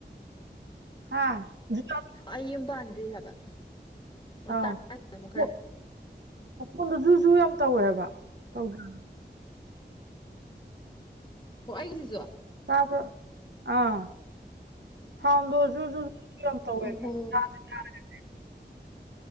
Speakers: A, on the right; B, on the left.
A: ꯍꯥ <unintelligible>
B: ꯑꯩ ꯌꯨꯝ ꯄꯥꯟꯗ꯭ꯔꯤ ꯍꯥꯏꯕ ꯑꯣ
A: ꯑꯥꯎ
B: ꯇꯥꯔꯦ ꯑꯃꯨꯛ ꯈꯔ
A: ꯃ ꯃꯈꯣꯟꯗꯨ ꯖꯨ ꯖꯨ ꯌꯥꯝ ꯇꯧꯋꯦꯕ ꯇꯧꯗꯔ꯭
B: ꯑꯣ ꯑꯩꯒꯤꯖꯤꯖꯨ
A: ꯇꯥꯕ꯭ꯔꯣ ꯑꯥ ꯁꯥꯎꯟꯗꯣ ꯖꯨ ꯖꯨ ꯖꯨ ꯖꯨ ꯌꯥꯝ ꯇꯧꯋꯦꯕ
B: ꯑꯣꯍꯣ
A: ꯇꯥꯔ ꯇꯥꯔꯒꯅꯦ